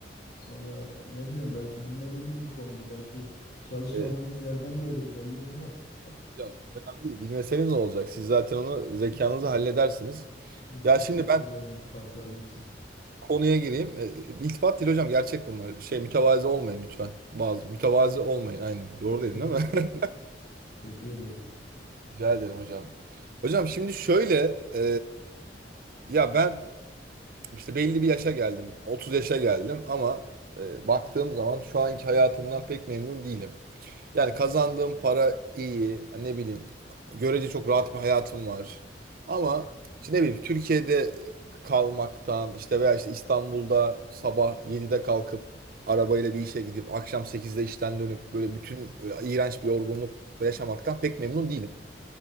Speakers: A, on the left (about 50°); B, on the right (about 55°).
A: Sonra ne bileyim belki bilmediğimiz bir konudur. Belki çalışmadığımız
B: E,
A: yerden gelir belli olmaz.
B: hocam önemli değil. Bilmeseniz ne olacak? Siz zaten onu zekanızla halledersiniz.
A: <laughs> Ee, Teşekkür
B: Ya şimdi ben
A: ederim iltifatların için.
B: konuya gireyim. E, İltifat değil hocam gerçek bunlar. Şey mütevazi olmayın lütfen. Bazı mütevazi olmayın aynen. Doğru dedim
A: Eyvallah.
B: değil mi?
A: Teşekkür ederim.
B: <laughs> Rica ederim hocam. Hocam şimdi şöyle e, ya ben işte belli bir yaşa geldim. 30 yaşa geldim ama e, baktığım zaman şu anki hayatımdan pek memnun değilim. Yani kazandığım para iyi. Ne bileyim. Görece çok rahat bir hayatım var. Ama işte ne bileyim Türkiye'de kalmaktan işte veya işte İstanbul'da sabah 7'de kalkıp arabayla bir işe gidip akşam sekizde işten dönüp böyle bütün böyle iğrenç bir yorgunluk yaşamaktan pek memnun değilim.